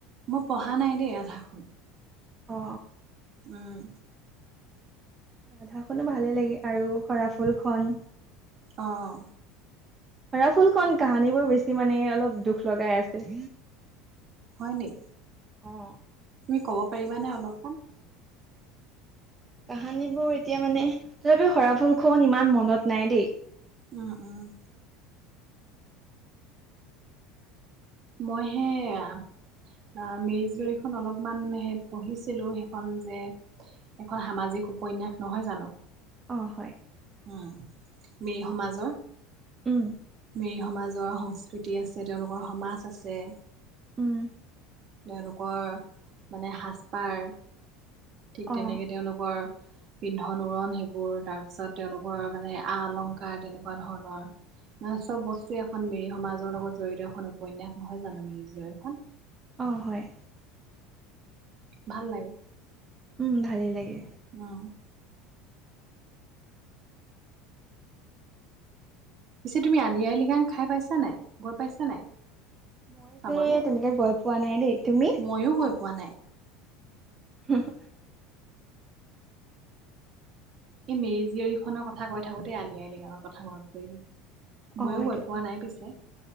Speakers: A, on the right; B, on the right.
A: মই পঢ়া নাই দেই ৰাধাখনন
B: অ
A: উম
B: ৰাধা খনো ভালে লাগে আৰু সৰাফুল খন
A: আহ
B: হৰা ফুল খন কাহানী বোৰ বেছি মানে অলপ দুখ লগাই আছে
A: হয় নি
B: অ
A: তুমি কব পাৰিবানে অলপমান।
B: কাহানীবোৰ এতিয়া মানে তথাপি সৰাফুলখন ইমান মনত নাই দেই।
A: উম উম। মই হে। অ মেৰিজ লখন অলপমান সেই পঢ়িছিলো সেইখন যে এখন সামাজিক? উপন্যাস নহয় জানো।
B: অ হয়
A: মিৰি সমাজৰ।
B: উম
A: মিৰি সমাজৰ সংস্কৃতি আছে তেওঁলোকৰ সমাজ আছে।
B: উম
A: তেওঁলোকৰ মানে সাজপাৰ ঠিক
B: অ
A: তেনেকে তেওঁলোকৰ। পিন্ধন উৰণ সেইবোৰ তাৰ পিছত তেওঁলোকৰ মানে আ অলংকাৰ তেনেকুৱা ধৰণৰ। <unintelligible> অ চব বস্তুৱে এখন মিৰি সমাজৰ লগত জড়িত এখন উপন্যাস নহয় জানো মিৰি জখন।
B: অঁ হয়
A: ভাল লাগে।
B: উম ভালেই লাগে।
A: অ পিছে তুমি আলি আই লৃগাং খাই পাইছা নাই গৈ পাইছা নাই। <unintelligible>
B: মই
A: চাবলে
B: যে তেনেকে গৈ পোৱা নাই দেই। তুমি
A: ময়ো গৈ পোৱা নাই।
B: হ <unintelligible>
A: এই মিৰি জীয়ৰীখনৰ কথা কৈ থাকোতেই আলি আই লিগাৱৰ কথা মনত পৰি গল। <unintelligible>
B: অ
A: ময়ো
B: এইটো
A: গৈ পোৱা নাই পিছে।